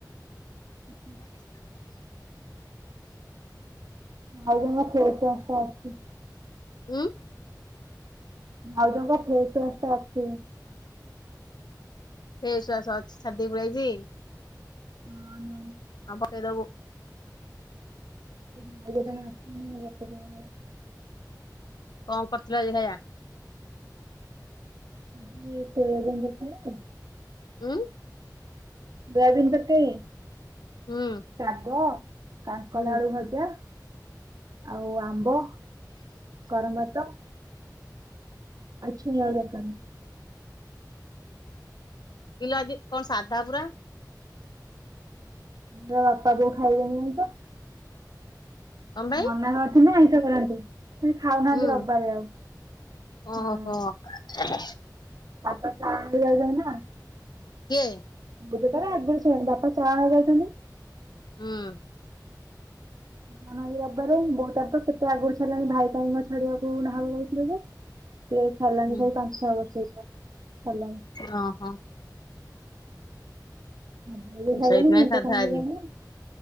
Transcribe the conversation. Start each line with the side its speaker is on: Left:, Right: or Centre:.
Right: ହୁଁ ହୁଁ। ଆଉ ଜମା <unintelligible> ଅଛି।
Left: ଉଁ।
Right: ଭାଉଜଙ୍କ ଫେସୱାସ୍ ଟା ଅଛି।
Left: ଫେସୱାସ ଅଛି ଛାଡଦେଇ ପଳିଆଇଛି।
Right: ଉଁ
Left: ଆ ପକେଇ ଦେବୁ।
Right: <unintelligible>
Left: କଣ କରିଥିଲ ଆଜି ଖାଇବା?
Right: <unintelligible>
Left: ଉଁ?
Right: ଶୋୟାବିନ ତରକାରି
Left: ହୁଁ
Right: ଶାଗ। କାଙ୍କଡ଼
Left: ହୁଁ
Right: ଆଳୁ ଭଜା ଆଉ ଆମ୍ବ। କରମ ଭାତ। ଆଉ ଛୁଇଁ ଆଳୁ ତରକାରୀ।
Left: କିଲୋ ଆଜି କଣ ସାଧା ପୁରା?
Right: ମୋ ବାପା ବୋଉ ଖାଇବେନି ଆଇଁଷ।
Left: କଣ ପାଇଁ
Right: ନନା ଘର ଥିନେ ଆଇଁଷ କରନ୍ତି ସେ ଖାଉନାହାନ୍ତି
Left: ହୁଁ
Right: ରବିବାରେ ଆଉ
Left: ଓହୋ
Right: ହଁ।
Left: <inaudible>
Right: ବାପା ଚାଳି ଆଉଜାଉନା।
Left: କିଏ?
Right: <unintelligible> ବାପା ଚାଣ ଯାଉଚନ୍ତି।
Left: ହୁଁ।
Right: ମାହାଳି ରବିବାରେ ବୋଉ ତାର ତ କେତେ ଆଗରୁ ଛାଡ଼ିଲାଣି ଭାଇ ପାଇଁ <unintelligible> ସେ ଛାଡ଼ିଲାଣି
Left: ହୁଁ
Right: ହେଇ ପାଞ୍ଚ ଛଅ ବର୍ଷ ହେଇ ଯିବ ଛାଡ଼ିଲାଣି।
Left: ଅଁ ହଁ।
Right: <unintelligible>
Left: ସେଇଥିପାଇଁ ସାଧା ଆଜି